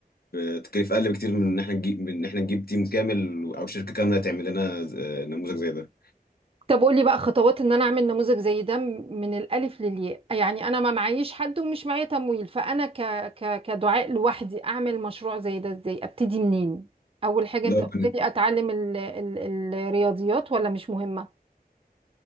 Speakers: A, on the left; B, on the right.
A: بتكلفة اقل بكتير من ان احنا نجيب من ان احنا نجيب تيم كامل او شركه كامله تعمل لنا آه، نموذج زي ده
B: طب قولي بقى خطوات ان انا اعمل نموذج زي ده م- من الالف للياء يعني انا ما معيش حد ومش معايا تمويل فانا ك... ك... كدعاء لوحدي اعمل مشروع زي ده ازاي ابتدي منين اول حاجة
A: لو
B: انت
A: بن-
B: قلت لي اتعلم ال... ال... الرياضيات ولا مش مهمة